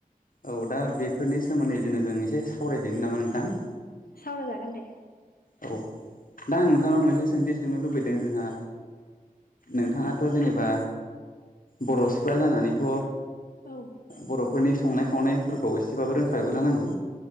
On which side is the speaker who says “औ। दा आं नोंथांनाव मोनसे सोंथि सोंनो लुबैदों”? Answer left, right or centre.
Left